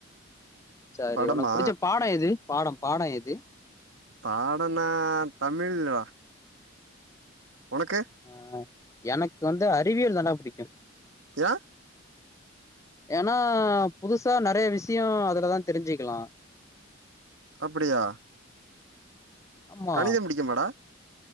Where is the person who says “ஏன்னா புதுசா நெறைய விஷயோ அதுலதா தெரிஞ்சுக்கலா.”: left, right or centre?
Left